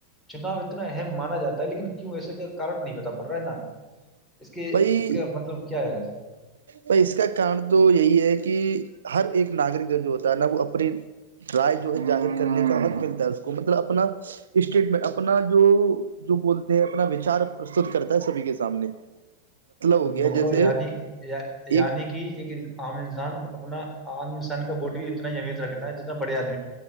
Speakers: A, in the centre; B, on the right.
A: چناؤ اتنا اہم مانا جا ہے لیکن کیوں ایے کا کٹ نہیں بتا پڑ رہا ہے نا اس کے
B: بائی
A: اس کا مطلب کیا ہے
B: بائی اس کا کارن تو یہی ہے کہ ہر ایک ناگرک کا جو ہوتا ہے نا وہ اپنی رائے جو ہے جظاہر کرنے کا حق ملتا ہے اس کو مطلب اپنا اسٹیٹمنٹ اپنا جو جو بولتے ہیں اپنا وچار پرستت کرتا ہے سبھی کے سامنے ہو
A: مطلب
B: گیا جیسے
A: یعنی یعنی
B: ایک
A: کہ ایک عام انسان اپنا آام انسان کا بورڈ بھی اتنا ایمیت رکھتا ہے جتنا بڑیا آد